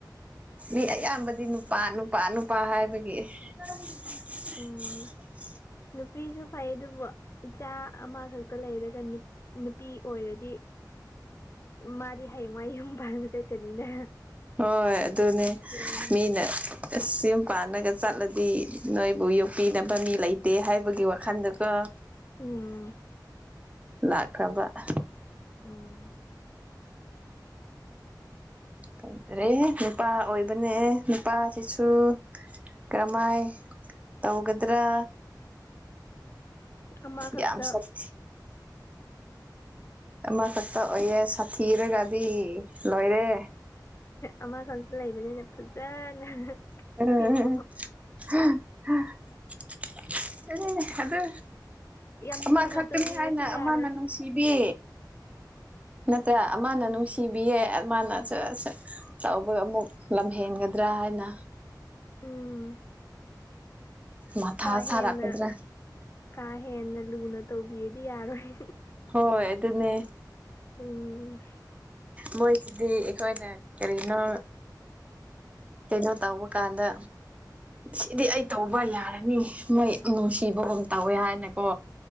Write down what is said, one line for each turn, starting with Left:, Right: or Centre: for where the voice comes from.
Right: ꯃꯤ ꯑꯌꯥꯝꯕꯗꯤ ꯅꯨꯄꯥ ꯅꯨꯄꯥ ꯅꯨꯄꯥ ꯍꯥꯏꯕꯒꯤ <inaudible>
Left: ꯎꯝ ꯅꯨꯄꯤꯁꯨ ꯐꯩ ꯑꯗꯨꯕꯨ ꯏꯆꯥ ꯑꯃꯈꯛꯇ ꯂꯩꯔꯒꯅꯤ ꯅꯨꯄꯤ ꯑꯣꯏꯔꯗꯤ ꯃꯥꯗꯤ ꯍꯌꯦꯡꯋꯥꯏ ꯌꯨꯝ ꯄꯥꯟꯕ ꯆꯠꯀꯅꯤꯅ
Right: ꯍꯣꯏ ꯑꯗꯨꯅꯦ
Left: ꯎꯝ
Right: ꯃꯤꯅ ꯑꯁ ꯌꯨꯝ ꯄꯥꯟꯅꯒ ꯆꯠꯂꯗꯤ ꯅꯣꯏꯕꯨ ꯌꯣꯛꯄꯤꯅꯕ ꯃꯤ ꯂꯩꯇꯦ ꯍꯥꯏꯕꯒꯤ ꯋꯥꯈꯜꯗꯀꯣ
Left: ꯎꯝ
Right: ꯂꯥꯛꯈ꯭ꯔꯕ ꯑꯍ
Left: ꯎꯝ
Right: ꯀꯪꯗꯔꯦ ꯅꯨꯄꯥ ꯑꯣꯏꯕꯅꯦ ꯅꯨꯄꯥꯁꯤꯁꯨ꯫ ꯀꯔꯝꯃꯥꯏ ꯇꯧꯒꯗ꯭ꯔꯥ
Left: ꯑꯃꯈꯛꯇ
Right: ꯌꯥꯝ ꯁꯠ__ ꯑꯃꯈꯛꯇ ꯑꯣꯏꯌꯦ ꯁꯥꯊꯤꯔꯒꯗꯤ ꯂꯣꯏꯔꯦ꯫
Left: ꯑꯃ ꯈꯛꯇ ꯂꯩꯕꯅꯤꯅ ꯐꯖꯅ꫰꫰
Right: <unintelligible> <unintelligible>
Left: ꯁꯦꯝꯃꯣ
Right: ꯑꯗꯨ
Left: ꯌꯥꯝ
Right: ꯑꯃ
Left: ꯂꯨꯅ
Right: ꯈꯛꯇꯅꯤ
Left: ꯇꯧꯕꯤꯔꯁꯨ
Right: ꯍꯥꯏꯅ
Left: ꯌꯥꯔꯣꯏꯅꯦ
Right: ꯑꯃꯅ ꯅꯨꯡꯁꯤꯕꯤ ꯅꯠꯇ꯭ꯔ ꯑꯃꯅ ꯅꯨꯡꯁꯤꯕꯤꯌꯦ ꯃꯥꯅ <unintelligible> ꯇꯧꯕꯒ ꯑꯃꯨꯛ ꯂꯝꯍꯦꯟꯒꯗ꯭ꯔꯥ ꯍꯥꯏꯅ
Left: ꯎꯝ꯫
Right: ꯃꯊꯥ
Left: ꯀꯥ
Right: ꯁꯥꯔꯛꯀꯗꯔ
Left: ꯍꯦꯟꯅ ꯀꯥ ꯍꯦꯟꯅ ꯂꯨꯅ ꯇꯧꯕꯤꯗꯤ ꯌꯥꯔꯣꯏ꯫
Right: ꯍꯣꯏ ꯑꯗꯨꯅꯦ
Left: ꯎꯝ
Right: ꯃꯣꯏꯁꯤꯗꯤ ꯑꯩꯈꯣꯏꯅ ꯀꯔꯤꯅꯣ ꯀꯩꯅꯣ ꯇꯧꯕ ꯀꯥꯟꯗ ꯁꯤꯗꯤ ꯑꯩ ꯇꯧꯕ ꯌꯥꯔꯅꯤ ꯃꯣꯏ ꯅꯨꯡꯁꯤꯕꯒꯨꯝ ꯇꯧꯋꯦ ꯍꯥꯏꯅꯀꯣ